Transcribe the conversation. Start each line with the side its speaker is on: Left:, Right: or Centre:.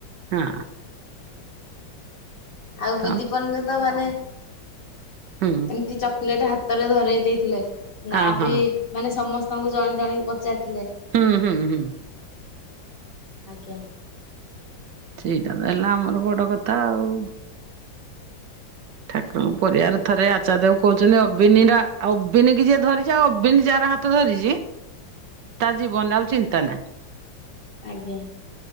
Right: ହଁ।
Left: ଆଉ
Right: ତ
Left: ବିଧି ପଣ୍ଡିତ ମାନେ
Right: ହୁଁ
Left: କି ଚକୋଲେଟ ହାତରେ ଧରେଇ ଦେଇଥିଲେ। ନା
Right: ହଁ ହଁ
Left: ବି ମାନେ ସମସ୍ତଙ୍କୁ ଜଣ ଜଣେକି ଜଣେକି ପଚାରିଥିଲେ।
Right: ହୁଁ ହୁଁ ହୁଁ।
Left: ଆଜ୍ଞା।
Right: ସେଇଟା ତ ହେଲା ଆମର ବଡ କଥା ଆଉ। ଠାକୁରଙ୍କ ପରିବାର ଥରେ ଆଚାର ଦେବ କହୁଛନ୍ତି ଅବିନିବିନ କି ଯିଏ ଧରିଛି ଅବିନ ଯାର ହାତ ତ ଧରିଛି। ତା ଜୀବନରେ ଆଉ ଚିନ୍ତା ନାହିଁ।
Left: ଆଜ୍ଞା।